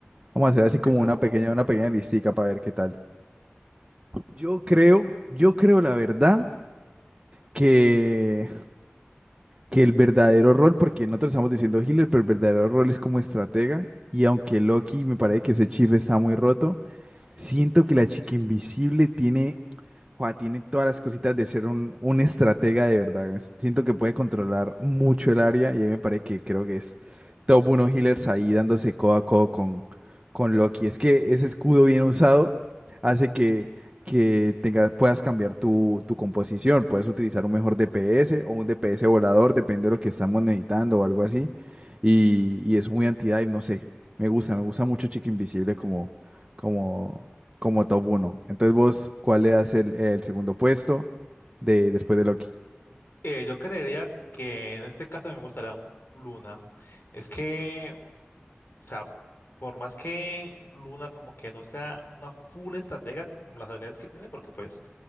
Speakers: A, on the right; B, on the left.
A: Vamos a hacer así como
B: Exacto.
A: una pequeña, una pequeña listica para ver qué tal. Yo creo, yo creo la verdad que, que el verdadero rol, porque nosotros estamos diciendo healer, pero el verdadero rol es como estratega. Y aunque Loki me parece que ese chief está muy roto, Siento que la chica invisible tiene, jua, tiene todas las cositas de ser un, un estratega de verdad. Es- Siento que puede controlar mucho el área y a mí me parece que creo que es top 1 healers ahí dándose codo a codo con, con Loki. Es que ese escudo bien usado hace que, que tengas, puedas cambiar tu, tu composición. Puedes utilizar un mejor DPS o un DPS volador, depende de lo que estamos necesitando o algo así. Y, y es muy anti-dive, no sé. Me gusta, me gusta mucho Chica Invisible como como, como top uno Entonces vos, ¿cuál le das el, el segundo puesto de, después de Loki?
B: Eh, yo creería que en este caso me gustaría un- Luna. Es que, o sea, por más que Luna como que no sea una full estratega con las habilidades que tiene, porque pues